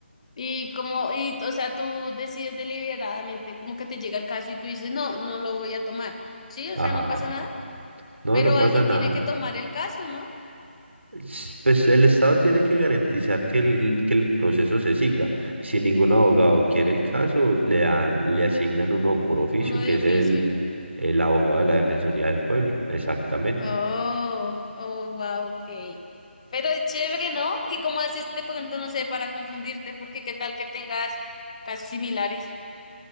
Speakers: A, on the left (about 30°); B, on the right (about 80°).
A: Y como, y, o sea, tú decides deliberadamente, como que te llega el caso y tú dices, no, no lo voy a tomar. Sí, o
B: Ajá.
A: sea, no pasa nada,
B: No,
A: pero
B: no pasa
A: alguien
B: nada.
A: tiene que tomar el caso, ¿no?
B: s- Pues el Estado tiene que garantizar que el, que el proceso se siga. Si ningún abogado quiere el caso, le dan, le asignan uno por oficio,
A: Uno de
B: que es
A: oficio.
B: el, el abogado de la Defensoría del Pueblo. Exactamente.
A: Oh, oh, wow, ok. Pero es chévere, ¿no? Y como haces de pronto, no sé, para confundirte, porque qué tal que tengas casos similares.